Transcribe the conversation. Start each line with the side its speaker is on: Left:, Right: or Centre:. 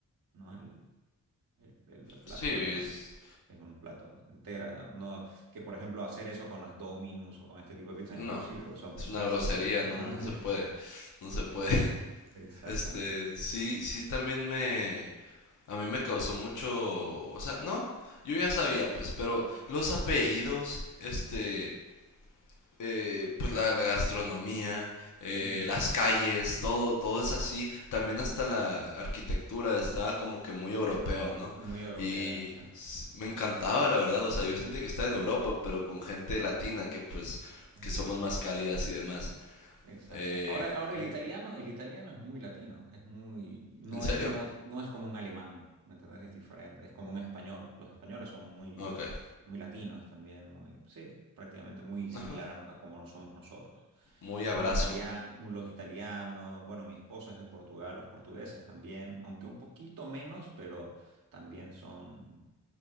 Right: ¿no? El, el- el plato
Left: sí, es,
Right: es una, es un plato entera, ¿no? No- que por ejemplo hacer eso con las Dominus o con este tipo de pizzas
Left: no,
Right: es imposible, porque son pesadísimas,
Left: es una grosería,
Right: digamos,
Left: no,
Right: ¿no?
Left: no
Right: <laughs> Eso-
Left: se puede, no
Right: eso
Left: se puede.
Right: es-
Left: <laughs>
Right: Exactamente.
Left: Este, sí, sí, también me, a mí me causó mucho, o sea, no, yo ya sabía, pues, pero los apellidos, este, eh, pues la, la gastronomía, eh,
Right: Ujú.
Left: las calles, todo, todo es así. También hasta la arquitectura estaba como que muy europeo, ¿no?
Right: Muy europea,
Left: Y
Right: exacto.
Left: s- me encantaba, la verdad. O sea, yo sentía que estaba en Europa, pero con gente latina que pues
Right: Exacto.
Left: que somos más cálidas y demás.
Right: Exacto.
Left: Eh,
Right: Ahora, ahora
Left: ¿en,
Right: el italiano, el italiano es muy latino, es muy, no
Left: en serio?
Right: es, no, no es como un alemán, ¿me entendés? Es diferente, es como un español. Los españoles son muy,
Left: Ok.
Right: muy latinos también, muy, sí, prácticamente muy similar
Left: Ajá.
Right: a, a como somos nosotros.
Left: Muy abrazo.
Right: Los italianos, los italianos, bueno, mi esposa es de Portugal, los portugueses también, aunque un poquito menos, pero también son,